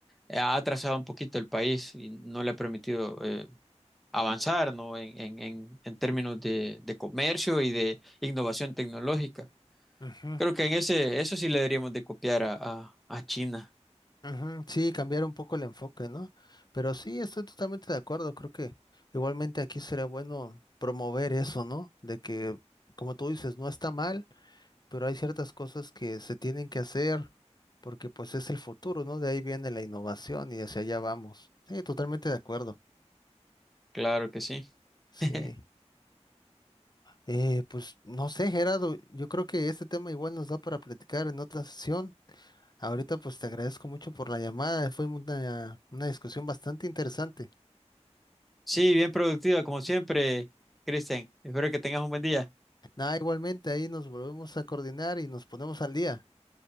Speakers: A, in the centre; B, on the left (about 35°).
A: ha atrasado un poquito el país y no le ha permitido eh, avanzar, ¿no? En, en, en, en términos de, de comercio y de innovación tecnológica.
B: Ujú.
A: Creo que en ese, eso sí le deberíamos de copiar a, a, a China.
B: Ujú, Sí, cambiar un poco el enfoque, ¿no? Pero sí, estoy totalmente de acuerdo. Creo que igualmente aquí sería bueno promover eso, ¿no? De que, como tú dices, no está mal, pero hay ciertas cosas que se tienen que hacer porque pues es el futuro, ¿no? De ahí viene la innovación y hacia allá vamos. Sí, totalmente de acuerdo.
A: Claro que sí.
B: Sí.
A: <laughs>
B: Eh, pues no sé, Gerardo, yo creo que este tema igual nos da para platicar en otra sesión. Ahorita pues te agradezco mucho por la llamada. Fue una, una discusión bastante interesante.
A: Sí, bien productiva, como siempre, Cristian. Espero que tengas un buen día.
B: Nada, igualmente ahí nos volvemos a coordinar y nos ponemos al día.